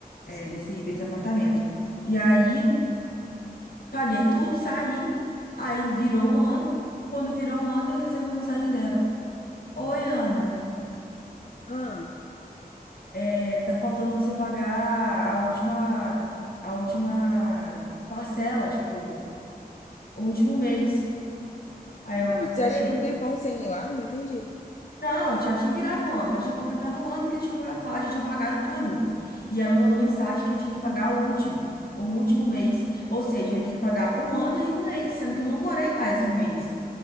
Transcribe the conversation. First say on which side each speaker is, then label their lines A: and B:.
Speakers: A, on the left; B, on the left.
A: é
B: Sim.
A: desse, desse apartamento. E aí paguei tudo, saí, aí virou um ano, quando virou um ano eu recebi a mensagem dela. Oi, Ana.
B: Ah, Ah,
A: É, tá faltando você pagar a última, a última parcela, tipo, o último mês. Aí eu,
B: mas você
A: ei,
B: acha que é um tempão sem ir lá? Não entendi.
A: não, eu já tinha virado um ano, já tinha completado um ano que eu tinha morado lá, já tinha pagado tudo. E ela mandou mensagem que eu tinha que pagar o último, o último mês. Ou seja, eu ia ter que pagar um ano e um mês, sendo que eu não morei lá esse um mês.